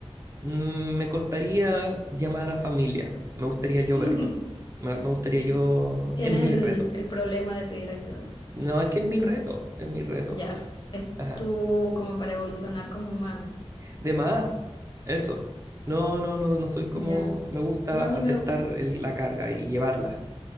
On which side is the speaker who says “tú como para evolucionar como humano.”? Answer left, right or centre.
Left